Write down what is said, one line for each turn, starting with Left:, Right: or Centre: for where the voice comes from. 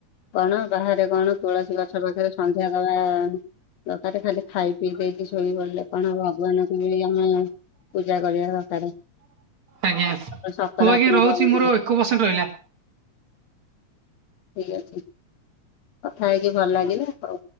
Left: କଣ ବାହାରେ କଣ ତୁଳସୀ ଗଛ ପାଖରେ। ସନ୍ଧ୍ୟା ଦବା ଦକାରେ ଖାଲି ଖାଇ ପିଇ ଦେଇକି ଶୋଇ ପଡିଲେ କଣ ହବ ଭଗବାନ। <unintelligible> ଆମେ ପୂଜା କରିବା। ଦରକାର
Right: ଆଜ୍ଞା ହଉ
Left: ଗୋଟେ ସକାରାତ୍ମକ।
Right: ଆଜ୍ଞା ରହୁଛି ମୋର
Left: <inaudible>
Right: ଏକ ପରସେଣ୍ଟ ରହିଲା।
Left: ଠିକ ଅଛି କଥା ହେଇକି ଭଲ ଲାଗିଲା ହଉ।